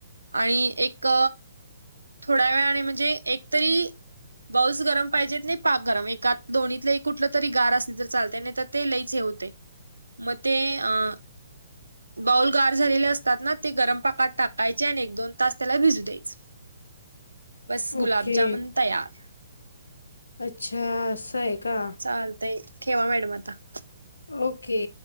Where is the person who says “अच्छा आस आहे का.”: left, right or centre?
Left